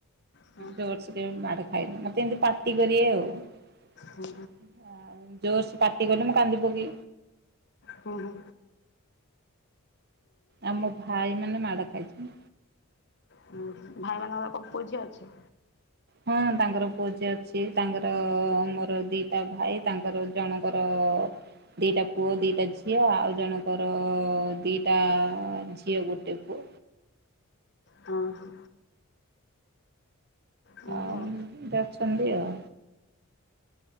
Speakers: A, on the left; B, on the right.
A: ହଁ
B: ଜୋରସେ କେବେ ମାଡ ଖାଇନି ମତେ ଏମିତି ପାଟି କରିବେ ଆଉ। ନାଇଁ।
A: ହଁ
B: ଜୋର ସେ ପାଟିକଲେ ମୁଁ କାନ୍ଦି ପକେଇବି।
A: ହଁ ହଁ
B: ଆଉ ମୋ ଭାଇ ମାନେ ମାଡ ଖାଇଛନ୍ତି।
A: ହୁଁ ଭାଇମାନଙ୍କର କଣ ପୁଅ ଝିଅ ଅଛି।
B: ହଁ ତାଙ୍କର ପୁଅଝିଅ ଅଛି ତାଙ୍କର ମୋର ଦିଟା ଭାଇ ତାଙ୍କର ଜଣଙ୍କର ଦିଟା ପୁଅ ଦିଟା ଝିଅ ଆଉ ଜଣଙ୍କର ଦିଟା ଝିଅ ଗୋଟେ ପୁଅ।
A: ହଁ ହଁ ଏମିତି
B: ଆମ
A: ଆଉ
B: ଏମିତି ଅଛନ୍ତି ଆଉ।